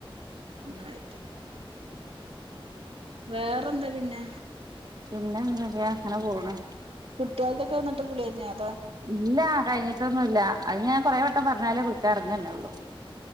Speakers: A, on the right; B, on the right.
A: അങ്ങനായിറ്റ് വേറെന്താ പിന്നെ?
B: പിന്നെന്തൊക്കെയാ അങ്ങനെ പോണ്.
A: കുട്ടികൾക്കൊക്കെ വന്നിട്ട് കുളികഞ്ഞാരുന്നോ.
B: ഇല്ല കഴിഞ്ഞിട്ടൊന്നുമില്ല അത് ഞാൻ കൊറേ വട്ടം പറഞ്ഞാലേ കുളിക് ക്ക എറങ്ങന്നെ ഒള്ളൂ.